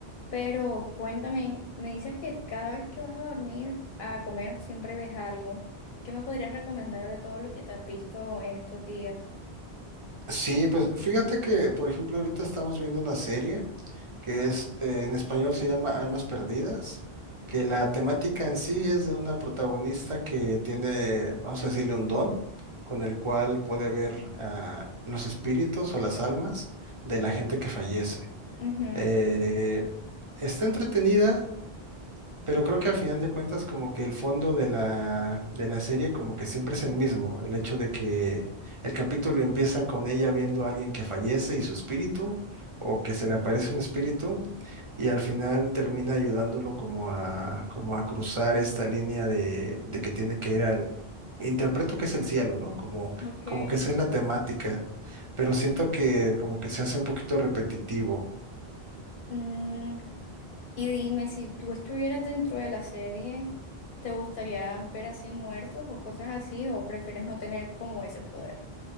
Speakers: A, on the left (about 60°); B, on the right (about 35°).
A: Pero cuéntame, me dices que cada vez que vas a dormir a comer siempre ves algo. ¿Qué me podrías recomendar de todo lo que te has visto en estos días?
B: Sí, pues fíjate que, por ejemplo, ahorita estamos viendo una serie que es, eh, en español se llama Almas Perdidas, que la temática en sí es de una protagonista que tiene, vamos a decirle, un don con el cual puede ver ah, los espíritus o las almas de la gente que fallece.
A: Ujú,
B: Eh, está entretenida, pero creo que al final de cuentas como que el fondo de la, de la serie como que siempre es el mismo, el hecho de que el capítulo empieza con ella viendo a alguien que fallece y su espíritu, o que se le aparece un espíritu, y al final termina ayudándolo como a, como a cruzar esta línea de, de que tiene que ir al, interpreto que es el cielo, ¿no? Como,
A: ok.
B: como que esa es la temática, pero siento que como que se hace un poquito repetitivo.
A: Mm, y dime, si tú estuvieras dentro de la serie, ¿te gustaría ver así muertos o cosas así? ¿O prefieres no tener como ese poder?